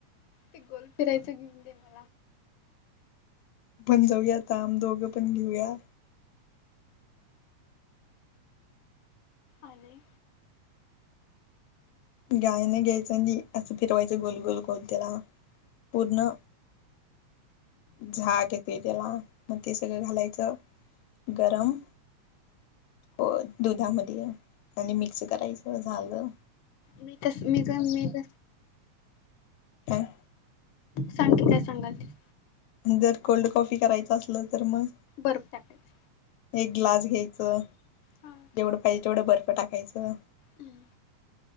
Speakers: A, on the left (about 70°); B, on the left (about 80°).
A: ते गोल फिरायचं घेऊन दे ना.
B: आपण जाऊया आता, आम्ही दोघं पण न्यू या.
A: आलय.
B: गाळणी घ्यायचं आणि असं फिरवायचं गोल गोल गोल त्याला पूर्ण. झाड येतोय त्याला मग ते सगळं घालायचं गरम. होय दुधामध्ये आणि मिक्स करायचं झालं.
A: मी तस मी जर मी जर,
B: काय,
A: सांग की काय सांगालतीस?
B: जर कोल्ड कॉफी करायचं असलं तर म?
A: बर्फ टाकायचं.
B: एक ग्लास घ्यायचं
A: हा
B: जेवढं पाहिजे तेवढं बर्फ टाकायचं.
A: अह्